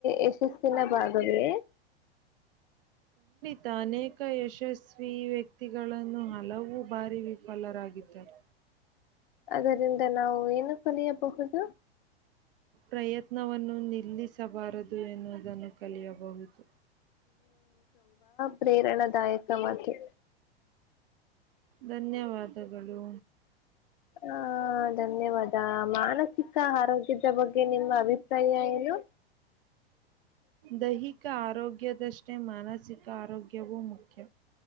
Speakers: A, on the left (about 50°); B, on the right (about 60°).
A: ಯಶಸ್ಸಿನ ಭಾಗವೇ
B: ತ ಅನೇಕ ಯಶಸ್ವಿ ವ್ಯಕ್ತಿಗಳನ್ನು ಹಲವು ಬಾರಿ ವಿಫಲರಾಗಿದ್ದರು.
A: ಅದರಿಂದ ನಾವು ಏನು ಕಲಿಯಬಹುದು
B: ಪ್ರಯತ್ನವನ್ನು ನಿಲ್ಲಿಸಬಾರದು ಎನ್ನುವುದನ್ನು ಕಲಿಯಬಹುದು.
A: ಪ್ರೇರಣಾದಾಯಕವಾಗಿ.
B: ಧನ್ಯವಾದಗಳು.
A: ಹ ಧನ್ಯವಾದ ಮಾನಸಿಕ ಆರೋಗ್ಯದ ಬಗ್ಗೆ ನಿಮ್ಮ ಅಭಿಪ್ರಾಯ ಏನು
B: ದಹಿಕ ಆರೋಗ್ ಗೆ ಮಾನಸಿಕ ಆರೋಗ್ಯವೂ ಮುಖ್ಯ.